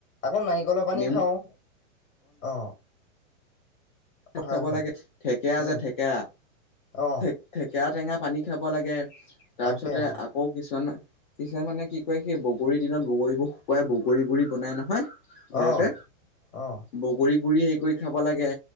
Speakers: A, on the left (about 90°); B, on the left (about 40°).
A: আকৌ নাৰিকলৰ পানী
B: নেমু
A: খাওঁ অ'।
B: ক'ত
A: হয়
B: খাব
A: হয়
B: লাগে, থেকেৰা
A: উম
B: যে থেকেৰা,
A: অ
B: থেকে থেকেৰা টেঙা পানী খাব লাগে। তাৰ
A: তাকে
B: পিছতে
A: অ
B: আকৌ কিছুমান কিছুমান মানে কি কয় সেই বগৰীৰ দিনত বগৰীবোৰ শুকুৱাই বগৰী গুৰি বনাই নহয়। ঘৰতে
A: অ অ
B: বগৰী গুৰি হেৰি কৰি খাব লাগে।